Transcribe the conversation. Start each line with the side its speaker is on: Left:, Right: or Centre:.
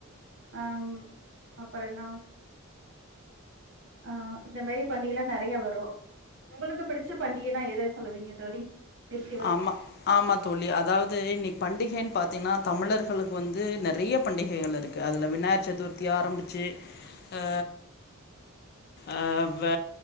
Right: ஆம் அப்புற என்னா ஆ இந்த மாரி பண்டிகைல்லா நெறைய வரு உங்களுக்கு பிடிச்ச பண்டிகைன்னா எத சொல்லுவீங்க தோழி ஃபெஸ்டிவல்
Left: ஆமா ஆமா தோழி அதாவது இன்னைக் பண்டிகையின் பாத்திங்கன்னா தமிழர்களுக்கு வந்து நெறைய பண்டிகைகள் இருக்கு அதுல விநாயகர் சதுர்த்தி ஆரம்பிச்சு ஆ ஆ வ